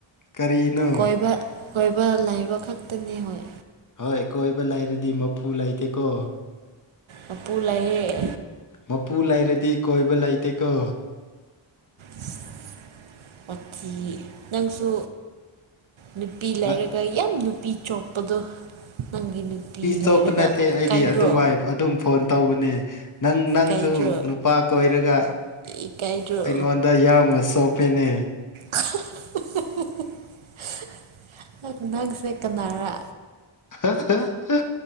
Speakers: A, on the left; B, on the right.
A: ꯀꯔꯤꯅꯣ
B: ꯀꯣꯏꯕ ꯀꯣꯏꯕ ꯂꯩꯕ ꯈꯛꯇꯅꯤ ꯍꯣꯏ
A: ꯍꯣꯏ ꯀꯣꯏꯕ ꯂꯩꯥꯏꯔꯗꯤ ꯃꯄꯨ ꯂꯩꯇꯦꯀꯣ
B: ꯃꯄꯨꯨ ꯂꯩꯌꯦ
A: ꯃꯄꯨ ꯂꯩꯔꯗꯤ ꯀꯣꯏꯕ ꯂꯩꯇꯦꯀꯣ
B: ꯑꯁ ꯋꯥꯊꯤ ꯅꯪꯁꯨ ꯅꯨꯄꯤ ꯂꯩꯔꯒ
A: ꯅ
B: ꯌꯥꯝ ꯅꯨꯄꯤ ꯆꯣꯛꯄꯗꯣ ꯅꯪꯒꯤ ꯅꯨꯄꯤ
A: ꯆꯣꯞꯄ
B: ꯂꯩꯔꯒ
A: ꯅꯠꯇꯦ
B: ꯏꯀꯥꯏꯗ꯭ꯔꯣ
A: ꯑꯩꯗꯤ ꯑꯗꯨꯃꯥꯏ ꯑꯗꯨꯝ ꯐꯣꯟ ꯇꯧꯕꯅꯦ ꯅꯪ ꯅꯪꯁꯨ
B: ꯀꯥꯏꯗ꯭ꯔꯣ
A: ꯅꯨꯄꯥ ꯀꯣꯏꯔꯒ
B: ꯏꯀꯥꯏꯗ꯭ꯔꯣ
A: ꯑꯩꯉꯣꯟꯗ ꯌꯥꯝꯅ ꯆꯣꯞꯄꯦꯅꯦ
B: ꯍ ꯍ ꯍ ꯍ ꯅꯪꯁꯦ ꯀꯅꯥꯔ
A: ꯍ ꯍ ꯍ